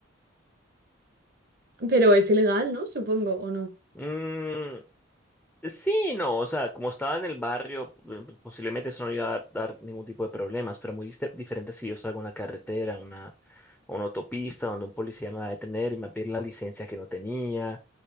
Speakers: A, on the right (about 45°); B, in the centre.
A: pero es ilegal, ¿no? Supongo, ¿o no?
B: Mm, sí, no, o sea, como estaba en el barrio, p- p- posiblemente eso no iba a dar ningún tipo de problemas, pero muy diste- diferente si yo salgo a una carretera, a una, a una autopista, donde un policía me va a detener y me va a pedir la licencia que no tenía,